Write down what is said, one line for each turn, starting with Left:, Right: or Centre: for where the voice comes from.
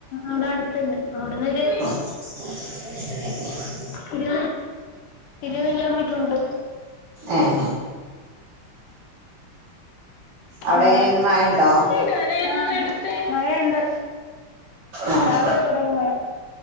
Left: ഔടട്ത്തന്നെ, ഔട്ന്നൊര്
Right: <inaudible>
Left: ഒരു ഒരു കിലോമീറ്റർ ഉണ്ട്
Right: ഏഹ് അവിടെ
Left: ആ <inaudible>
Right: എങ്ങനെ ഇന്ന് മഴയുണ്ടോ
Left: ആഹ് മഴയുണ്ട്
Right: ആഹ്
Left: രാവിലെ തൊടങ്ങി മഴ